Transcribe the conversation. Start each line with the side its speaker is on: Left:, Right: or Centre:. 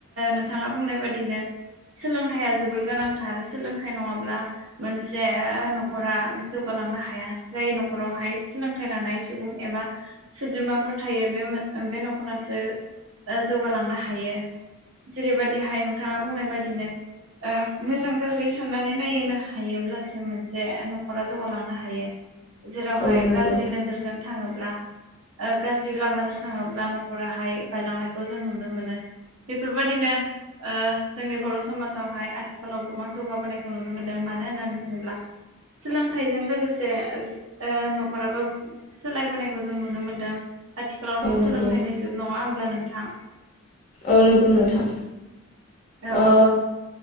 Right: नोंथाङा बुंनाय बादिनो सोलोंथाइया जोबोर
Left: सोलोंथाइया जोबोद सोलोंथाइ नङाब्ला मोनसे न'खरा जौगालांनो हाया। औ नंगौ। लानाय सुबुं एबा औ नंगौ। गाज्रि नोजोरजों थाङोब्ला
Right: गोनांथार सोलोंथाइ नङाब्ला मोनसे न'खरा जौगालांनो हाया जाय न'खरावहाय सोलोंथाइ लानाय सुबुं एबा सोद्रोमाफोर थायो बे बे न'खरासो जौगालांनो हायो जेरैबायदिहाय नोंथाङा बुंनाय बादि बिदिनो ओ मोजां गाज्रि साननानै नायहोनो हायोब्लासो मोनसे जे न'खरा जौगालांनो हायो जेरावहाय
Left: औ नंगौ
Right: गाज्रि नोजोरजों थाङोब्ला ओ गाज्रि लामाजों थाङोब्ला न'खराहाय बायलांनायखौ जों नुनो मोनो बेफोरबायादिनो ओ जोंनि बर' समाजावहाय आथिखालाव गोबां जौगाबोनायखौ नुनो मोनदों मानो होननानै बुङोब्ला सोलोंथाइजों लोगोसे ओ न'खराबो सोलायबोनायखौ जों नुनो मोनदों आथिखालावथ'
Left: औ
Right: सोलोंथाइनि
Left: नंगौ
Right: जुग नङा होमब्ला नों थां
Left: औ नंगौ नोंथां
Right: औ
Left: ओ